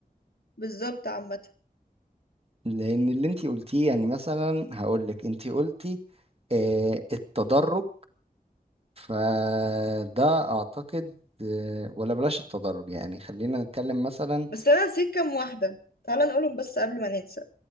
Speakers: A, on the left; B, on the right.
A: بالظبط عامه
B: لان اللي انتي قلتيه يعني مثلا هقولك انتي قلتي آه، التدرج فده اعتقد آه، ولا بلاش التدرج يعني خلينا نتكلم مثلا
A: بس انا نسيت كام واحده تعالى نقولهم بس قبل ما ننسى